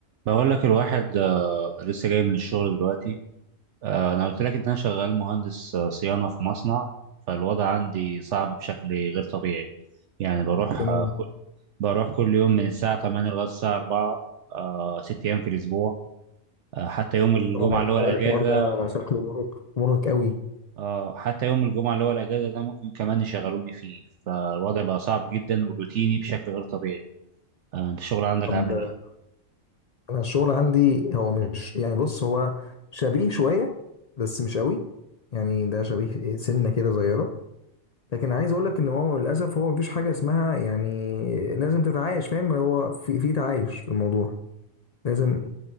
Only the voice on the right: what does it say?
بقول لك الواحد آه، لسه جاي من الشغل دلوقتي آه، انا قلت لك ان انا شغال مهندس آه، صيانه في مصنع فالوضع عندي صعب بشكل غير طبيعي يعني بروح
آه، كل بروح كل يوم من الساعه 8 لغايه الساعه 4 آه، ست ايام في الاسبوع آه، حتى يوم الجمعه
اللي هو الاجازه
آه، حتى يوم الجمعه اللي هو الاجازه ده ممكن كمان يشغلوني فيه فالوضع بقى صعب جدا وروتيني بشكل غير طبيعي آه، انت الشغل عندك
عامل ايه